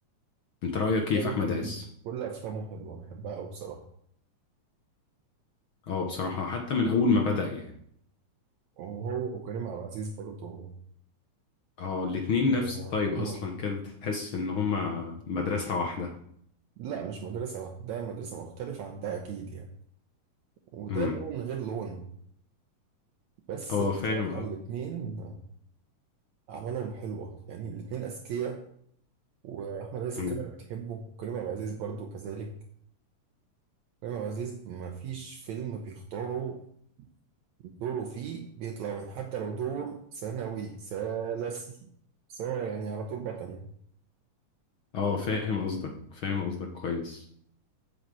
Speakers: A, on the left; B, on the right.
A: انت رأيك ايه
B: تقريبا
A: في احمد عز
B: كل افلامه حلوه بحبها قوي بصراحه
A: اه بصراحة حتى من اول ما بدأ يعني
B: وهو وكريم عبد العزيز برضه
A: اه الاتنين
B: آه،
A: نفس الطيب اصلا
B: ما-
A: كده تحس ان هما مدرسة واحدة
B: لا مش مدرسه واحده ده مدرسه مختلفه عن ده اكيد يعني وده
A: امم
B: لون غير لون بس
A: اه
B: بصراحة
A: فاهم
B: الاتنين أعمالهم حلوة يعني الاتنين أذكياء وأحمد عز
A: اه
B: الكاميرا بتحبه وكريم عبد العزيز برضه كذلك كريم عبد العزيز ما فيش فيلم بيختاره دوره فيه بيطلع وحش، حتى لو دور ثانوي ثالثي سواء يعني على طول بطل يعني
A: اه فاهم قصدك فاهم قصدك كويس